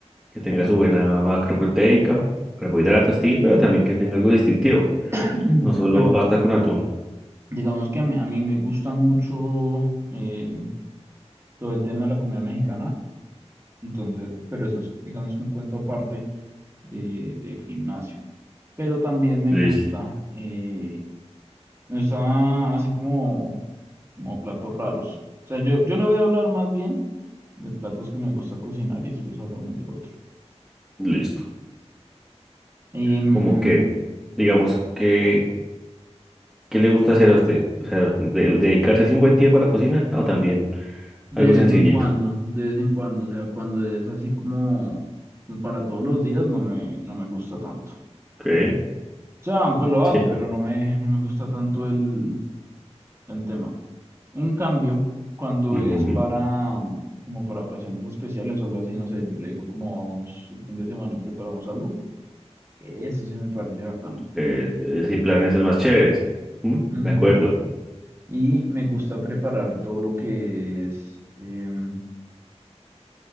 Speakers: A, in the centre; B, on the right.
A: que tenga su buena macro proteica, carbohidratos, tin, pero también que tenga algo distintivo,
B: <clears throat>
A: no solo
B: Bueno,
A: pasta con atún.
B: digamos que a mí, a mí me gusta mucho eh, todo el tema de la comida mexicana, entonces, pero eso es, digamos que un cuento aparte de, del gimnasio. Pero también me
A: Listo,
B: gusta, eh, Está así como, como platos raros. O sea, yo, yo le voy a hablar más bien de platos que me gusta cocinar y después hablamos del otro.
A: listo.
B: Em,
A: Como que, digamos que, ¿qué le gusta hacer a usted? O sea, de- dedicarse así un buen tiempo a la cocina o también
B: de
A: algo
B: vez
A: sencillito.
B: en cuando, de vez en cuando, o sea, cuando es así como para todos los días, no me, no me gusta tanto. O
A: Ok,
B: sea, pues lo hago,
A: sí, no.
B: pero no me, no me gusta tanto el, el tema. En cambio, cuando
A: Ujú.
B: es para, mm, como para ocasiones especiales o algo así, no sé, yo le digo como vamos el fin de semana y preparamos algo, eso sí me parece bacano.
A: Eh, eh, sí, planes es más chéveres. ¿Mm?
B: Ujú.
A: De acuerdo.
B: Y me gusta preparar todo lo que es em,